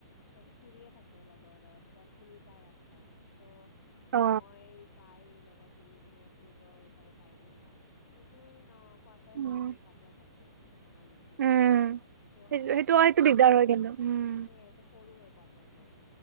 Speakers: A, on the left; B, on the right.
A: তাইতো ফুৰিয়ে থাকে লগৰ লগতো তাত চিনি পাই ৰাস্তা ত'
B: অ
A: মই তাই লগ লগত মিলি কিনে ফুৰিব, যাব পাৰিলো হয় আমি। কিন্তু ন কোৱাটাৰ
B: উম
A: লয় সিহঁতে কোৱাটাৰ থাকে। আমাৰ নিচিনা।
B: উম
A: ত'
B: সেইটো
A: আমাতকেও
B: সেইটো সেইটো
A: সেয়ে
B: দিগদাৰ হয় কিন্তু উম
A: তখ সৰু হয় কোৱাটাৰবোৰ।